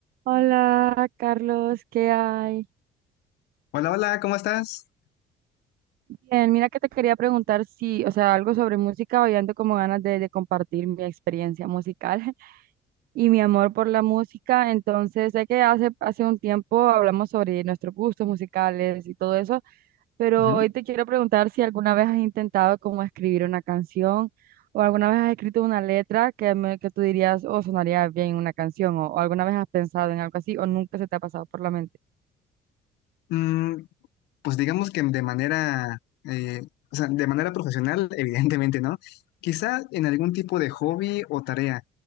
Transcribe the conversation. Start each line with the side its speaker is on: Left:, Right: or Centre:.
Right: Hola, Carlos, ¿qué hay?
Left: Hola, hola, ¿cómo estás?
Right: Bien, mira que te quería preguntar si, o sea, algo sobre música, hoy ando como ganas de, de compartir mi experiencia musical <laughs> y mi amor por la música. Entonces, sé que hace, hace un tiempo hablamos sobre nuestros gustos musicales y todo eso, pero
Left: Ujú.
Right: hoy te quiero preguntar si alguna vez has intentado como escribir una canción o alguna vez has escrito una letra que, me- que tú dirías, oh, sonaría bien una canción o, o alguna vez has pensado en algo así o nunca se te ha pasado por la mente.
Left: Mm, pues digamos que de manera, eh, o sea, de manera profesional, <laughs> evidentemente, ¿no? Quizá en algún tipo de hobby o tarea.